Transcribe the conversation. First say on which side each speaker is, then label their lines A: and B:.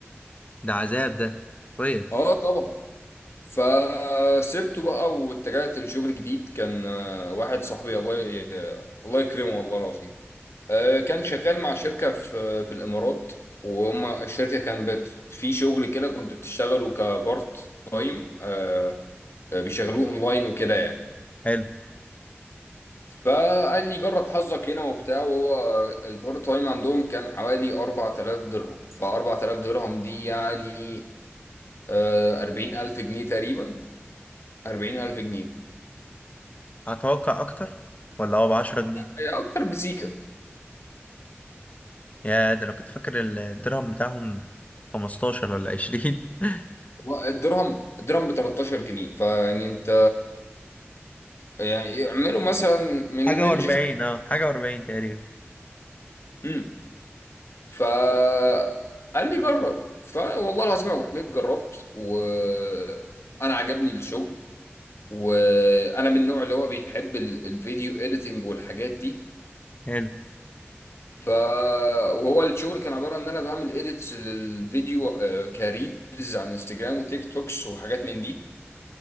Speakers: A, on the left; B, on the left.
A: ده عذاب ده كويس
B: اه طبعا فسبته بقى واتجهت لشغل جديد كان آه، واحد صاحبي الله ي... الله يكرمه والله العظيم آه، كان شغال مع شركة في في الإمارات وهم الشركة كان بت في شغل كده كنت بتشتغله كبارت تايم آه، آه، بيشغلوه اونلاين وكده يعني
A: حلو
B: فقال لي جرب حظك هنا وبتاع وهو البارت تايم عندهم كان حوالي 4000 درهم ف 4000 درهم دي يعني آه، 40000 جنيه تقريبا 40000 جنيه
A: هتوقع اكتر ولا هو ب 10 جنيه
B: هي أكتر بسيكة
A: يا ده انا كنت فاكر الدرهم بتاعهم 15 ولا 20 <laughs>
B: هو الدرهم الدرهم ب 13 جنيه فيعني أنت يعني اعملوا مثلا من
A: حاجة
B: رينج
A: و40 اه حاجة و40 تقريبا
B: 50 فقال لي جرب فوالله العظيم يا ابو حميد جربت وانا عجبني الشغل وانا من النوع اللي هو بيحب ال- الفيديو اديتنج والحاجات دي
A: حلو
B: ف وهو الشغل كان عباره ان انا بعمل اديتس للفيديو آه، كريلز على انستجرام وتيك توكس وحاجات من دي